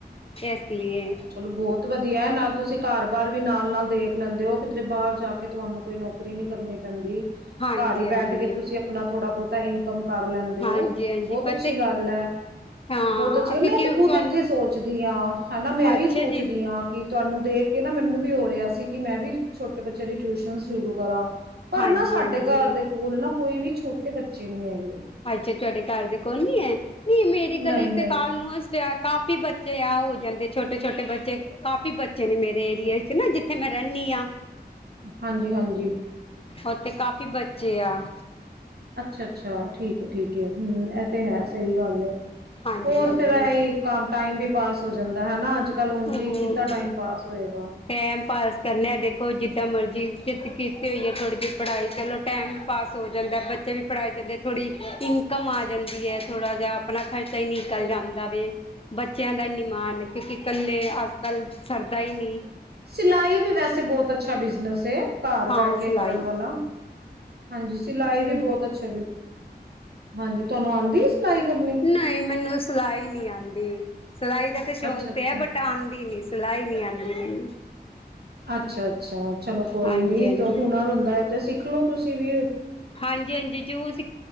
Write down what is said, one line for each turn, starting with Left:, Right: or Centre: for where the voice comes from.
Left: ਐਸ ਲੀਏ।
Right: ਚਲੋ ਬੋਤ ਵ ਦੀਆ ਨਾਲ ਤੁਸੀਂ ਕਾਰ-ਬਾਰ ਵੀ ਨਾਲ ਨਾਲ ਦੇਖ ਲੈਂਦੇ ਹੋ ਕੀਦਰੇ ਬਾਰ ਜਾ ਕੇ ਧੁਆਨੂੰ ਕੋਈ ਨੌਕਰੀ ਨੀ ਕਰਨੀ ਪੈਂਦੀ।
Left: ਹਾਂਜੀ
Right: ਘਰ ਈ
Left: ਹਾਂਜੀ
Right: ਬੈਠ ਕੇ ਤੁਸੀਂ ਆਪਣਾ ਥੋੜਾ-ਬੌਤਾ ਇਨਕਮ ਕਰ ਲੈਂਦੇ
Left: ਹਾਂਜੀ
Right: ਓ,
Left: ਹਾਂਜੀ
Right: ਬਹੁਤ
Left: ਪਤਾ
Right: ਅੱਛੀ ਗੱਲ ਐ।
Left: ਹਾਂ
Right: ਬਹੁਤ ਅੱਛੀ ਗ
Left: ਕਿਉਂਕਿ
Right: ਮੈਂ ਤੇ ਖੁਦ
Left: ਤੁਹਾਨੂੰ
Right: ਐਥੇ ਸੋਚਦੀ ਆਂ, ਹਨਾ ਮੈਂ ਵੀ
Left: ਅੱਛਾ
Right: ਸੋਚਦੀ
Left: ਜੀ
Right: ਆਂ, ਕੀ ਧੁਆਨੂੰ ਦੇਖ ਕੇ ਨਾ ਮੈਨੂੰ ਵੀ ਹੋ ਰੇਆ ਸੀ ਕੀ ਮੈਂ ਵੀ ਛੋਟੇ ਬੱਚੇਆਂ ਦੀ ਟੀਊਸ਼ਨ ਸ਼ੁਰੂ ਕਰਾਂ। ਪਰ
Left: ਹਾਂਜੀ
Right: ਨਾ ਸਾਡੇ
Left: ਹਾਂਜੀ
Right: ਘਰ ਦੇ ਕੋਲ ਨਾ ਕੋਈ ਵੀ ਛੋਟੇ ਬੱਚੇ ਨਈ ਹੈਗੇ।
Left: ਅੱਛਾ ਧਾਡੇ ਘਰ ਦੇ ਕੋ ਨੀ ਐ, ਨੀ ਮੇਰੀ ਗਲੀ
Right: ਨਹੀਂ ਨਹੀਂ
Left: ਤੇ ਕਾਲਮੋਸ ਚ ਕਾਫੀ ਬੱਚੇ ਆ ਹੋ ਜਾਂਦੇ ਛੋਟੇ-ਛੋਟੇ ਬੱਚੇ ਕਾਫੀ ਬੱਚੇ ਨੇ ਮੇਰੇ ਏਰੀਏ ਚ ਨਾ ਜੀ ਥੇ ਮੈਂ ਰੈਂਨੀ ਆਂ,
Right: ਹਾਂਜੀ ਹਾਂਜੀ
Left: ਓਥੇ ਕਾਫੀ ਬੱਚੇ ਆ।
Right: ਅੱਛਾ-ਅੱਛਾ ਠੀਕ ਏ ਠੀਕ ਏ ਹੂੰ ਐ ਤੇ ਹੈ ਸਈ ਗੱਲ ਏ,
Left: ਹਾਂਜੀ
Right: ਹੋਰ
Left: ਹਾਂਜੀ
Right: ਫੇਰ ਐਈ ਕਾਮ ਟਾਈਮ ਵੀ ਪਾਸ ਹੋ ਜਾਂਦਾ ਹਨਾ ਅੱਜ-ਕੱਲ ਉਂਜ
Left: ਹੋਰ
Right: ਈ ਕਿਦਾਂ ਟਾਈਮ ਪਾਸ ਹੋਏਗਾ।
Left: ਟੈਮ ਪਾਸ ਕਰਨੇ ਆ ਦੇਖੋ ਜਿਦਾਂ ਮਰਜ਼ੀ, ਜਿਦ ਕੀਤੀ ਹੋਈ ਹੈ ਥੋੜੀ ਜੀ ਪੜਾਈ ਚਲੋ ਟਾਈਮ ਵੀ ਪਾਸ ਹੋ ਜਾਂਦਾ ਬੱਚੇ ਵੀ ਪੜਾਏ ਜਾਂਦੇ ਥੋੜੀ ਇਨਕਮ ਆ ਜਾਂਦੀ ਏ ਥੋੜਾ ਜੇਆ ਆਪਣਾ ਖਰਚਾ ਈ ਨੀਕਲ ਜਾਂਦਾ ਵੇ, ਬੱਚੇਆਂ ਦਾ ਨੀ ਮਾਨ। ਕੋਉਂਕੀ ਕੇ ਅੱਜ-ਕੱਲ ਸਰਦਾ ਈ ਨੀ।
Right: ਸੀਲਾਈ ਵੀ ਵੈਸੇ ਬਹੁਤ ਅੱਛਾ ਬਿਜਨਸ ਏ। ਘਰ
Left: ਹਾਂ
Right: ਬੈ ਕੇ
Left: ਸਿਲਾਈ
Right: ਕਰਨ ਵਾਲਾ, ਹਾਂਜੀ ਸਿਲਾਈ ਵੀ ਬੋਤ ਅੱਛਾ ਬੀ ਹਾਂਜੀ ਤੁਆਨੂੰ ਆਂਦੀ ਲਾਈ ਕਰਨੀ।
Left: ਨਈ ਮੈਨੂੰ ਸਿਲਾਈ ਨਈ ਆਂਦੀ, ਸਿਲਾਈ ਦਾ ਤੇ ਸ਼ੌਂਕ
Right: ਅੱਛਾ ਅੱਛਾ।
Left: ਤੇ ਐਂ ਬਟ ਆਂਦੀ ਨੀ। ਲਾਈ ਨੀ ਆਂਦੀ ਮੈਨੂੰ।
Right: ਅੱਛਾ-ਅੱਛਾ ਚਲੋ ਕੋਈ
Left: ਹਾਂਜੀ
Right: ਨੀ
Left: ਹਾਂਜੀ
Right: ਤੋ ਹੁਨਰ ਹੁੰਦਾ ਐ ਤੇ ਸਿਖਲੋ ਤੁਸੀਂ ਵੀ।
Left: ਹਾਂਜੀ ਹਾਂਜੀ ਜੂਲ ਸੀ